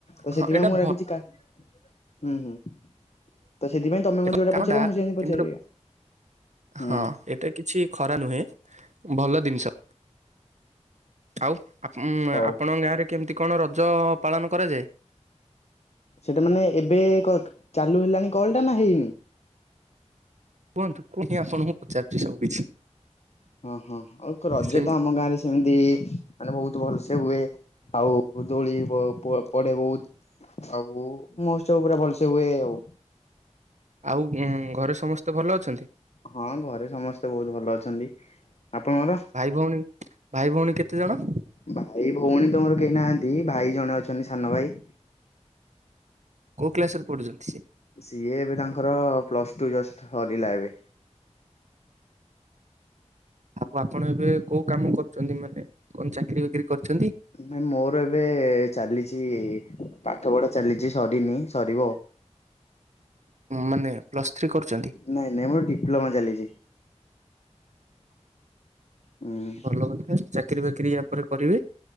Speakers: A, on the left (about 65°); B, on the right (about 75°).
A: ତ
B: ହଁ
A: ସେଥିପାଇଁ
B: ଏଇଟା
A: ମୁଁ ଏରା
B: ଭ
A: କିଛି କା ହୁଁ ହୁଁ। ତ ସେଥିପାଇଁ ତମେ ମତେ
B: ଏ
A: ଯୋଉଟା
B: କାମଟା
A: ପଚାରିବ ମୁଁ ସେମିତି ପଚାରିବି
B: କିନ୍ତୁ
A: ଆଉ ହୁଁ।
B: ହଁ ଏଟା କିଛି ଖରା ନୁହେଁ। ଭଲ ଦିନିଷ ଆଉ ଆ ଉଁ
A: ହଉ
B: ଆପଣଙ୍କ ଗାଁରେ କେମିତି କଣ ରଜ ପାଳନ କରାଯାଏ।
A: ସେଟା ମାନେ ଏବେ କ ଚାଲୁ ହେଲାଣି କଲ ଟା ନା ହେଇନି
B: କୁହନ୍ତୁ <unintelligible> ଆପଣଙ୍କୁ ପଚାରୁଚି ସବୁ କିଛି।
A: ହଁ ହଁ ଆଉ ରଜ
B: ସେମି
A: ତ ଆମ ଗାଁରେ ସେମିତି ମାନେ ବହୁତ ଭଲସେ ହୁଏ ଆଉ ଦୋଳ ପ-ପ-ପଡେ ବହୁତ ଆଉ ମହୋତ୍ସବ ପୁରା ଭଲସେ ହୁଏ ଆଉ
B: ଆଉ ଘରେ ସମସ୍ତେ ଭଲ ଅଛନ୍ତି।
A: ହଁ ଘରେ ସମସ୍ତେ ବହୁତ ଭଲ ଅଛନ୍ତି। ଆପଣଙ୍କର
B: ଭାଇ ଭଉଣୀ ଭାଇ ଭଉଣୀ କେ କେତେଜଣ
A: ଭାଇ ଭଉଣୀ ତ ମୋର କେହି ନାହାନ୍ତି ଭାଇ ଜଣେ ଅଛନ୍ତି ସାନ ଭାଇ
B: କୋଉ କ୍ଲାସରେ ପଡୁଛନ୍ତି ସେ?
A: ସିଏ ଏବେ ତାଙ୍କର ପ୍ଲସ୍ ଟୁ ଜଷ୍ଟ ସରିଲା ଏବେ
B: ଆଉ ଆପଣ ଏବେ କୋଉ କାମ କରୁଚନ୍ତି ମାନେ କଣ ଚାକିରୀ ବାକିରି କରିଛନ୍ତି
A: ନାଇ ମୋର ଏବେ ଚାଲି ଚି ପାଠ ପଢା ଚାଲିଚି ସରିନି ସରିବ।
B: ମାନେ ପ୍ଲସ୍ ଥ୍ରୀ କରୁଚନ୍ତି
A: ନାଇଁ ନାଇଁ ମୋର ଡିପ୍ଲୋମା ଚାଲିଛି। ହୁଁ
B: ଭଲ କଥା ଚାକିରୀ ବାକିରିୀ ୟା ପରେ କରିବେ